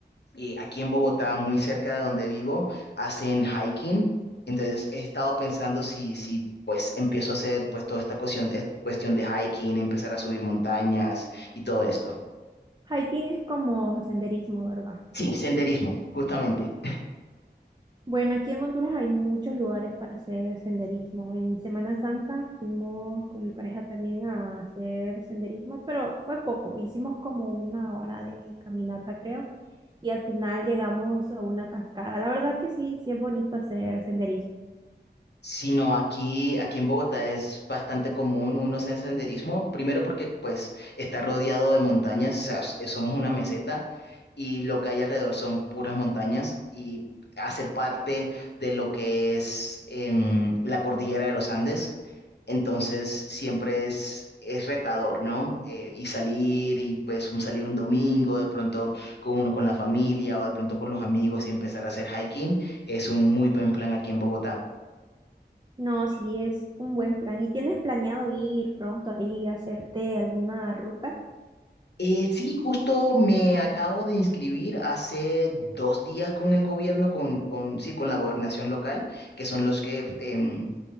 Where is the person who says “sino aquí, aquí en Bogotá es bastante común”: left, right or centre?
Left